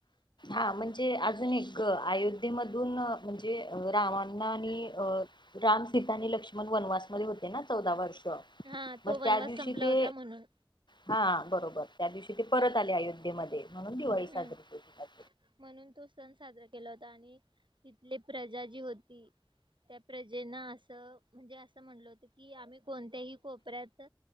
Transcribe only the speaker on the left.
हा म्हणजे अजून एक अयोध्येमधून म्हणजे रावांना आणि अ राम सीता आणि लक्ष्मण वनवासमध्ये होते ना चौदा वर्ष
मग
त्या दिवशी
ते
हा बरोबर त्या दिवशी ते परत आले अयोध्येमध्ये म्हणून दिवाळी
साजरी करली